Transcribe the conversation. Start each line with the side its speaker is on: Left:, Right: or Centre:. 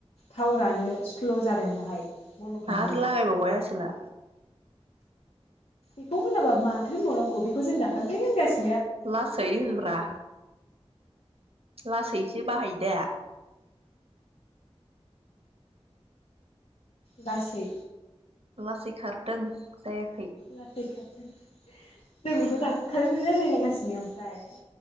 Left: टावारानो स्ल' जादों बाहाय। बन्द' खालामदों
Right: आरो लागायबावबाय आसोला।
Left: इखौ होनाबा माथो होनबावनांगौ बेखौ जों दाखालिफाय होनगासि
Right: लासै होनब्रा लासैसो बाहाय। दे।
Left: लासै
Right: लासै खारदों। जायोब।
Left: लाटै खाथ जों बिखौ दाखालिनो रायलायलागासिनो ओमफाय।